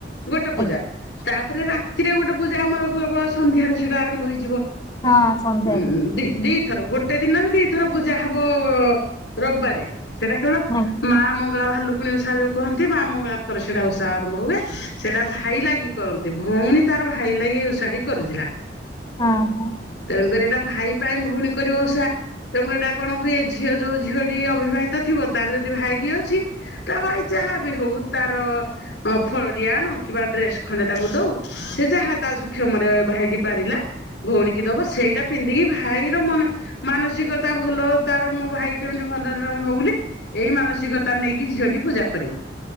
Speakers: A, on the left; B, on the left.
A: ଗୋଟେ ପରେ
B: ଆଜ୍ଞା
A: ତାପରେ ରାତିରେ ଗୋଟେ ପୂଜା ଆମର ହୁଏବ ସନ୍ଧ୍ୟାରୁ ସେଇଟା ଆରମ୍ଭ ହେଇଯିବ।
B: ହଁ ସନ୍ଧ୍ୟାରେ
A: ହୁଁ ଦେଇ ଦେଇ ଗୋଟେ ଦିନରେ ଦିଥର ପୂଜା ହବ ରବିବାରେ ସେଇଟା କେବଳ
B: ହଁ
A: ମା ମଙ୍ଗଳା ଭାଲୁକୁଣି ଉଷା ଯୋଉ କହନ୍ତି ମା ମଙ୍ଗଳାଙ୍କର ସେଇଟା ଉଷା ଆରମ୍ଭ ହୁଏ ସେଇଟା ଭାଇ ଲାଗି କରନ୍ତି ଭଉଣୀ ତାର ଭାଇ ଲାଗି ଓଷାଢୀ କରିଥିଲା।
B: ହଁ ହଁ।
A: ତେଣୁକରି ଏଇଟା ଭାଇ ପାଇଁ ଭଉଣୀ କରିବ ଉଷା। ତେଣୁ ଏଇଟା କଣ ହୁଏ ଝିଅ ଯୋଉ ଝିଅଟି ଅବିବାହିତ ଥିବ ତାର ଯଦି ଭାଇଟିଏ ଅଛି। ତା ଭାଇ ଯାହା ବି ହଉ ତାର ଫଳଡିଆଣ କିବା ଡ୍ରେସ ଖଣ୍ଡେ ତାକୁ ଦଉ ସେ ଯାହା ତା ସକ୍ଷମରେ ଭାଇଟି ପାରିଲା ଭଉଣୀ କି ଦବ ସେଇଟା ପିନ୍ଧିକି ଭାଇର ମନ ମାନସିକତା ଭଲ ତାର ମୋ ଭାଇ କେମିତି ଭଲରେ ରହିବ ବୋଲି ଏଇ ମାନସିକତା ନେଇକି ଝିଅଟି ପୂଜା କରିବ